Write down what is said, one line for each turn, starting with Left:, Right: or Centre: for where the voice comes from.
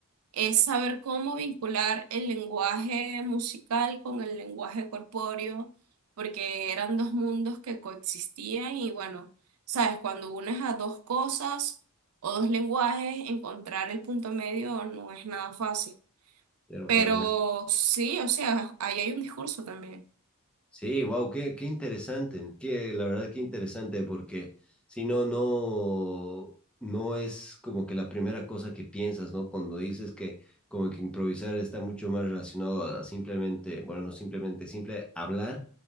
Right: es saber cómo vincular el lenguaje musical con el lenguaje corpóreo, porque eran dos mundos que coexistían y bueno, sabes, cuando unes a dos cosas o dos lenguajes, encontrar el punto medio no es nada fácil.
Centre: pero
Right: Pero
Centre: para nada.
Right: sí, o sea, ahí hay un discurso también.
Centre: Sí, wow, qué, qué interesante, qué, la verdad qué interesante, porque si no, no, no es como que la primera cosa que piensas, ¿no? Cuando dices que como que improvisar está mucho más relacionado a simplemente, bueno, no simplemente, simple hablar,